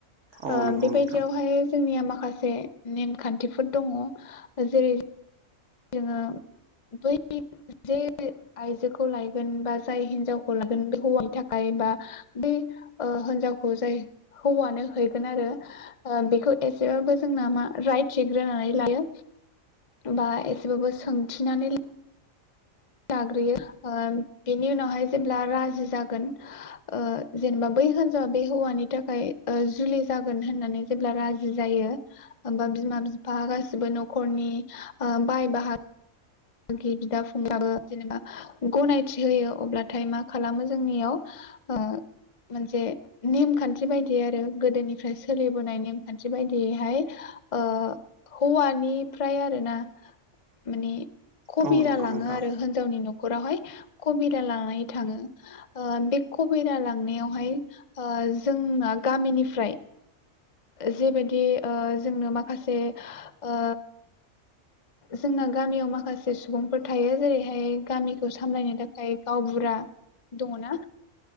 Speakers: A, on the right; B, on the left.
A: औ
B: ओ
A: नंगौ
B: बेबायदियावहाय
A: नोंथां
B: जोंनिया मा खासे नेमखान्थिफोर दङ ओ जेरै जोङो बै जे आइजोखौ लायगोन बा जाय हिनजावखौ लागोन बे हौवानि थाखाय बा बै ओ होनजावखौ जाय हौवानो हैगोन आरो ओ बेखौ एसेबाबो जोंना मा राय थिग्रोनानै लायो बा एसे बाबो सोंथिनानै लाग्रोयो ओ बेनि उनावहाय जेब्ला राजि जागोन ओ जेनेबा बै होनजावा बे हौवानि थाखाय ओ जुलि जा गोन होननानै जेब्ला राजि जायो ओमबा बिमा बिफा गासिबो न'खरनि ओ बाय बाहा गि बिदा फंबाबो जेनेबा गनायथि होयो अब्लाथाय मा खालामो जोंनियाव ओ मोनसे नेमखान्थि बायदि दि आरो गोदोनिफ्राय सोलिबो- नाय नेम खान्थि बायदियैहाय ओ हौवानिफ्राय आरो- ना माने कबिरा
A: औ नंगौ
B: लाङो
A: नोंथां
B: आरो होनजावनि न'- खरावहाय कबिरा लांनानै थाङो ओ बे कबिरा लांनायावहाय ओ जोंना गामिनिफ्राय जेबायदि ओ जोंनो माखासे ओ जोंना गामियाव माखासे सुबुंफोर थायो जेरैहाय गामिखौ सामलायनो थाखाय गावबुरा दङना